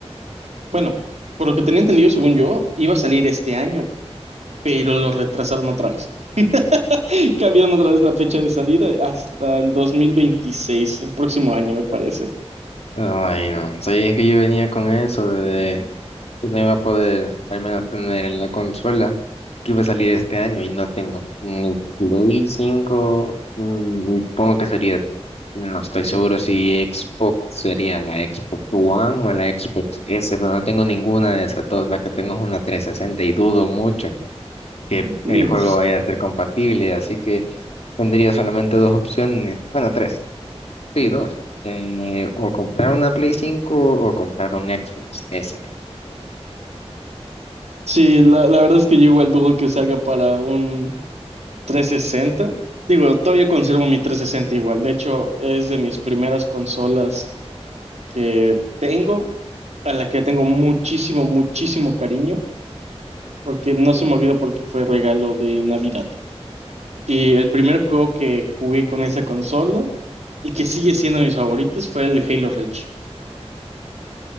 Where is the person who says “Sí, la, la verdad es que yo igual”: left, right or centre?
Right